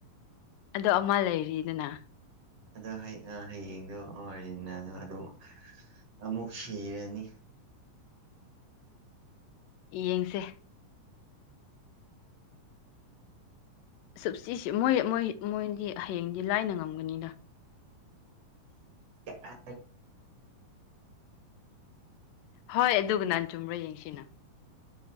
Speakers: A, on the left (about 80°); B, on the right (about 50°).
A: ꯑꯗꯣ ꯑꯃ ꯂꯩꯔꯤꯗꯅ
B: ꯑꯗꯣ ꯍꯌꯦꯡꯗꯣ ꯑꯥꯔꯖꯤꯅꯥꯗꯣ ꯑꯗꯨꯝ ꯑꯃꯨꯛ ꯁꯤꯔꯅꯤ
A: ꯌꯦꯡꯁꯦ ꯁꯨꯞ ꯆꯁꯤꯦ ꯃꯣꯏ ꯃꯣꯏ ꯃꯣꯏꯗꯤ ꯍꯌꯦꯡꯗꯤ ꯂꯥꯏꯅ ꯉꯝꯒꯅꯤꯗ
B: ꯗ
A: ꯍꯣꯏ ꯑꯗꯨꯒ ꯅꯍꯥꯟ ꯆꯨꯝꯕ꯭ꯔꯥ ꯌꯦꯡꯁꯤꯅ